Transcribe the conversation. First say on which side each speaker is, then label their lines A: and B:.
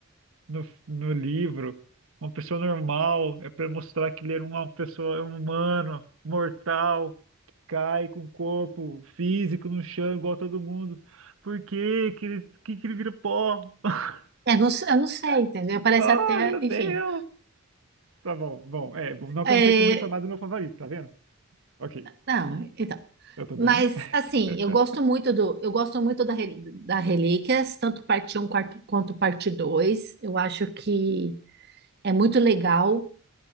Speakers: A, on the right; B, on the right.
A: no, no livro. Uma pessoa normal é pra mostrar que ele era uma pessoa é um humano, mortal, que cai com o corpo físico no chão igual todo mundo. Por que que ele, que que ele vira pó? <laughs>
B: É, não, eu não sei, entendeu? Parece
A: Ah,
B: até,
A: meu
B: enfim.
A: Deus! Tá bom, bom, é, bom, não que
B: É,
A: eu não tenha como reclamar do meu favorito, tá vendo? Ok,
B: não, então.
A: eu tô bem.
B: Mas assim,
A: <laughs>
B: eu gosto muito do, eu gosto muito da, Re- da Relíquias, tanto parte Um quarto- quanto parte 2. Eu acho que é muito legal.